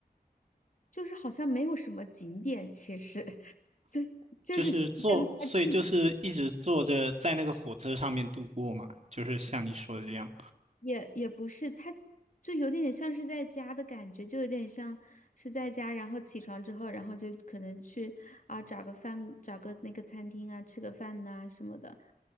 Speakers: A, on the left; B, on the right.
A: 就是好像没有什么景点，其实 <laughs> 就就是跟他自
B: 就是坐，所以就是一直坐着在那个火车上面度过嘛，就是像你说的这样。
A: 也也不是，他就有点像是在家的感觉，就有点像是在家，然后起床之后，然后就可能去啊找个饭，找个那个餐厅啊，吃个饭呐、什么的。